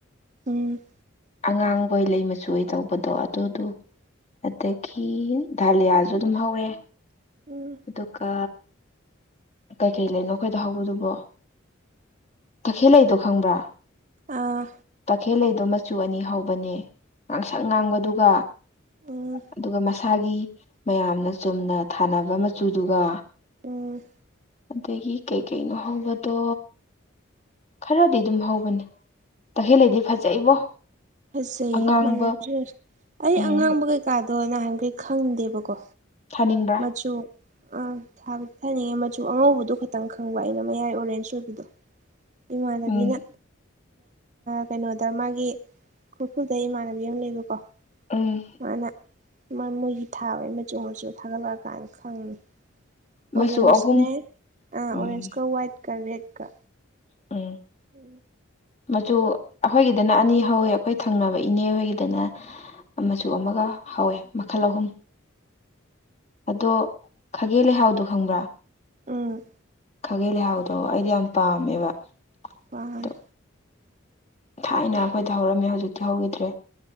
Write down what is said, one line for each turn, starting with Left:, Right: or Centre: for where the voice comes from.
Right: ꯎꯝ
Left: ꯑꯉꯥꯡꯕꯣꯏ ꯂꯩ ꯃꯆꯨ ꯑꯣꯏ ꯇꯧꯕꯗꯣ ꯑꯗꯨꯗꯨ ꯑꯗꯒꯤ ꯙꯥꯂꯤꯌꯥꯁꯨ ꯑꯗꯨꯝ ꯍꯧꯋꯦ
Right: ꯎꯝ
Left: ꯑꯗꯨꯒ ꯀꯩꯀꯩ ꯂꯩꯅꯣ ꯑꯩꯈꯣꯏꯗ ꯍꯧꯕꯗꯨꯕꯣ ꯇꯈꯦꯜ ꯂꯩꯗꯣ ꯈꯪꯕ꯭ꯔꯥ
Right: ꯑꯥ
Left: ꯇꯈꯦꯜ ꯂꯩꯗꯣ ꯃꯆꯨ ꯑꯅꯤ ꯍꯧꯕꯅꯦ ꯉꯥꯡꯁꯪ ꯉꯥꯡꯕꯗꯨꯒ
Right: ꯎꯝ
Left: ꯑꯗꯨꯒ ꯃꯁꯥꯒꯤ ꯃꯌꯥꯝꯅ ꯆꯨꯝꯅ ꯊꯥꯅꯕ ꯃꯆꯨꯗꯨꯒ
Right: ꯎꯝ
Left: ꯑꯗꯒꯤ ꯀꯩ ꯀꯩꯅꯣ ꯍꯧꯕꯗꯣ ꯈꯔꯗꯤ ꯑꯗꯨꯝ ꯍꯧꯕꯅꯦ ꯇꯈꯦꯜꯂꯩꯗꯤ ꯐꯖꯩꯕꯣ
Right: ꯐꯖꯩ
Left: ꯑꯉꯥꯡꯕ
Right: ꯃꯅꯗ꯭ꯔꯦ ꯑꯩ
Left: ꯎꯝ
Right: ꯑꯉꯥꯡꯕ ꯀꯩꯀꯥꯗꯣ ꯅꯍꯥꯟꯒꯩ ꯈꯪꯗꯦꯕꯀꯣ
Left: ꯊꯥꯅꯤꯡ
Right: ꯁꯨ ꯑꯥ ꯊꯥꯕꯗꯤ ꯊꯥꯅꯤꯡꯉꯦ ꯃꯆꯨ ꯑꯉꯧꯕꯗꯣ ꯈꯇꯪ ꯈꯪꯕ ꯑꯩꯅ ꯃꯌꯥꯏ ꯑꯣꯔꯦꯟꯖ ꯑꯣꯏꯕꯗꯣ ꯏꯃꯥꯟꯅꯕꯤꯅ
Left: ꯎꯝ
Right: ꯀꯩꯅꯣꯗ ꯃꯥꯒꯤ ꯈꯨꯔꯈꯨꯜꯗ ꯏꯃꯥꯟꯅꯕꯤ ꯑꯃ ꯂꯩꯕꯀꯣ
Left: ꯎꯝ
Right: ꯃꯥꯅ ꯃꯥ ꯃꯣꯏꯒꯤ ꯊꯥꯕꯩ ꯃꯆꯨ ꯃꯆꯨ ꯊꯥꯒꯠꯂꯛꯑꯀꯥꯟ ꯈꯪꯉꯤ
Left: ꯃꯆꯨ
Right: ꯑꯣꯔꯦꯟꯖꯅꯦ
Left: ꯑꯍꯨꯝ
Right: ꯑꯥ
Left: ꯎꯝ
Right: ꯑꯣꯔꯦꯟꯖꯀ ꯋꯥꯏꯠ ꯀ ꯔꯦꯠ ꯀ
Left: ꯎꯝ
Right: ꯎꯝ
Left: ꯃꯆꯨ ꯑꯩꯈꯣꯏꯒꯤꯗꯅ ꯑꯅꯤ ꯍꯧꯋꯦ ꯑꯩꯈꯣꯏ ꯊꯪꯅꯕ ꯏꯅꯦ ꯈꯣꯏꯒꯤꯗꯅ ꯑ ꯃꯆꯨ ꯑꯃꯒ ꯍꯥꯎꯋꯦ ꯃꯈꯜ ꯑꯍꯨꯝ ꯑꯗꯣ ꯈꯥꯒꯦ ꯂꯩꯍꯥꯎꯗꯣ ꯈꯪꯕ꯭ꯔꯥ
Right: ꯎꯝ
Left: ꯈꯥꯒꯦ ꯂꯩꯍꯥꯎꯗꯣ ꯑꯩꯗꯤ ꯌꯥꯝ ꯄꯥꯝꯃꯦꯕ
Right: ꯃꯥꯟꯅꯦ
Left: ꯑꯗꯣ ꯊꯥꯏꯅ ꯑꯩꯈꯣꯏꯗ ꯍꯧꯔꯝꯃꯦ ꯍꯧꯖꯤꯛꯇꯤ ꯍꯧꯈꯤꯗ꯭ꯔꯦ